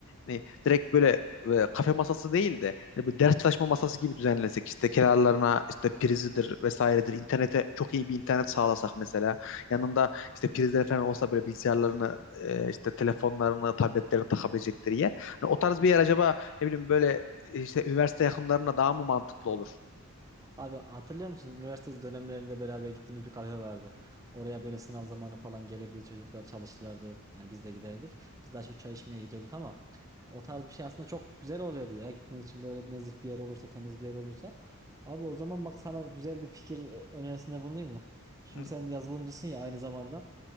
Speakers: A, on the left; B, on the right.
A: hani direkt böyle e, kafe masası değil de hani böyle ders çalışma masası gibi düzenlesek işte kenarlarına işte prizidir vesairedir internete çok iyi bir internet sağlasak mesela yanında işte prizler falan olsa böyle bilgisayarlarını e, işte telefonlarını tabletlerini takabilecekleri yer hani o tarz bir yer acaba ne bileyim böyle e, işte üniversite yakınlarına daha mı mantıklı olur?
B: Abi hatırlıyor musun? Üniversite dönemlerinde beraber gittiğimiz bir kafe vardı. Oraya böyle sınav zamanı falan gelirdi. Çocuklar çalışırlardı. Yani biz de giderdik. Biz daha çok çay içmeye gidiyorduk ama o tarz bir şey aslında çok güzel oluyordu ya. Gitmek için böyle nezih bir yer olursa, temiz bir yer olursa. Abi o zaman bak sana güzel bir fikir önerisinde bulunayım mı? Şimdi
A: Hı
B: sen yazılımcısın ya aynı zamanda.